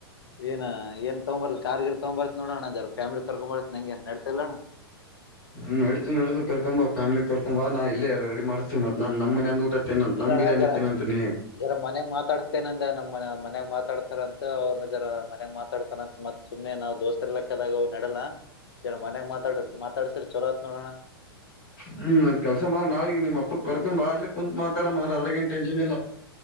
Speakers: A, on the left (about 70°); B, on the left (about 60°).
A: ಏನ ಏನ್ ತಗೊಂಬರ್ ಕಾರ್ಗಿ ತಗೊಂಬ ಬರ್ತ್ ನೋಡಣ ಯಾರ ಫ್ಯಾಮಿಲಿ ಕರ್ಕೊಂಬರ್ತ್ತ ನಂಗೆ ನ್ ನಡತಿಲ್ಲಣ
B: ಹ್ಮ ನಡಿತ ನಡಿತ ಕರ್ಕೊಂಬ ಫ್ಯಾಮಲಿ ಕರ್ಕೊಬ ನಾ ಇಲ್ಲ ಎಲ್ಲ ರೆಡಿ ಮಾಡ್ತರ್ ಮತ್ತೆ ನಮ್ ನಮ ಮನ ಅಂದ ಊಟ ತಿನ
A: ಇಲ್ಲ
B: ನಮ್
A: ಅಣ್ಣ
B: ಬಿರಿಯಾನಿ
A: ಜರ
B: ತೇನಂತ ನೀ
A: ಜರ ಮನ್ಯಾಗ ಮಾತಾಡ್ತೇನಂದ ನಮ್ಮ ಮನೆ ಮನ್ಯಾಗ ಮಾತಾಡ್ತಾರಂತ ಅವ್ರನ ಜರ ಮನ್ಗ್ ಮಾತಾಡ್ತಾರಂತ ಮತ್ ಸುಮ್ನೆ ನಾ್ ದೋಸ್ತ ಎರ್ಲಾಕ್ಕದಾಗ ಅವ್ ನೆಡಲ್ಲ ಸರ ಮನ್ಯಾಗ ಮಾತಾಡ ಮಾತಾಡ್ಸರಿ ಚೊಲೋತ್ ನೋಡೋಣ
B: ಹ್ಮ್ ನನ್ ಕೆಲಸ ಮಾಡಿ ನಾಳಗ್ ನಿಮ್ಮ ಅಪ್ಪಕ್ಕ ಕರ್ಕೊಂಡ ಬ ಅ್ದಲಿ ಕುಂತತ್ ಮಾತಾಡ ಮ್ರ ಅದ್ರ ಟನ್ನ್ ಇಲ್ಲ